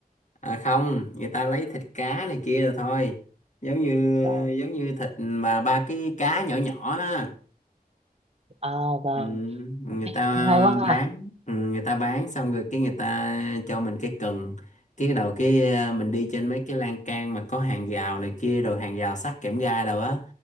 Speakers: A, on the left; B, on the right.
A: à không người ta lấy thịt cá này kia rồi thôi giống như
B: Vâng.
A: giống như thịt mà ba cái cá nhỏ nhỏ á
B: À vâng,
A: ừ, người
B: ok
A: ta
B: cũng hay quá
A: bán
B: ha.
A: ừ, người ta bán xong rồi cái người ta cho mình cái cần cái bắt đầu cái à, mình đi trên mấy cái lan can mà có hàng rào này kia rồi hàng rào sắt kẽm gai đâu á